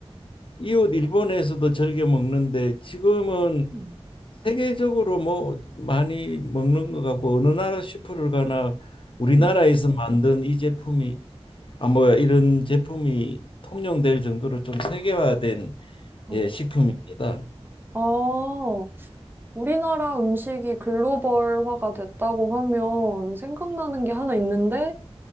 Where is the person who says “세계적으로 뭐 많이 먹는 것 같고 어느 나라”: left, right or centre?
Left